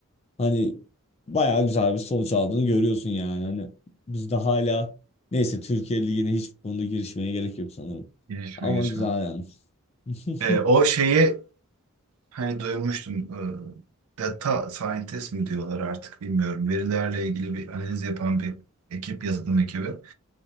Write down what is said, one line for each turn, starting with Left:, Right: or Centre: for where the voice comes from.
Left: Hani bayağı güzel bir sonuç aldığını görüyorsun yani. Hani biz de hala neyse Türkiye Ligi'ne hiç bu konuda girişmeye gerek yok sanırım.
Right: gelişme
Left: Ama
Right: geçme.
Left: güzel yani. <laughs>
Right: Ee, o şeyi hani duymuştum. Ee, data scientist mi diyorlar artık bilmiyorum. Verilerle ilgili bir analiz yapan bir ekip, yazılım ekibi.